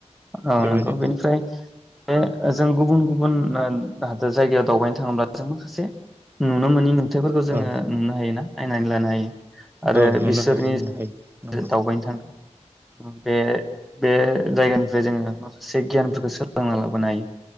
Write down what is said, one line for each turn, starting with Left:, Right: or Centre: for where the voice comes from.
Centre: औ
Right: बेबायदिनो
Centre: नंगौ बेनिफ्राय। बे जों गुबुन गुबुन ओ हादर जायगायाव दावबायनो थाङोब्ला जों माखासे नुनो मोननि नुथाइफोरखौ जोङो
Right: औ
Centre: नुनो हायो ना? नायनानै लानो हायो। आरो
Right: औ नुनो
Centre: बिसोरनि
Right: हायो नुनो हायो नंगौ
Centre: दावबायनो थांगोन। उम बे बे जायगानिफ्राय जोङो माखासे गियानफोरखौ सोलोंना लाबोनो हायो